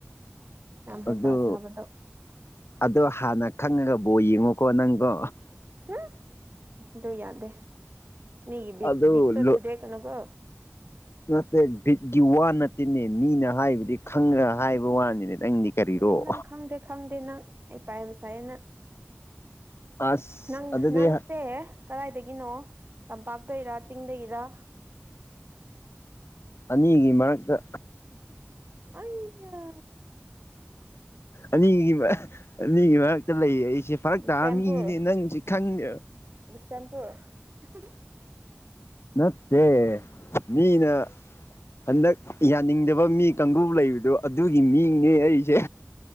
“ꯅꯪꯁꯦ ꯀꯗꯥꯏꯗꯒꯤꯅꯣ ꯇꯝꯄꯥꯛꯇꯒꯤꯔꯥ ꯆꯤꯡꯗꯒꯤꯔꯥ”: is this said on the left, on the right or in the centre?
Right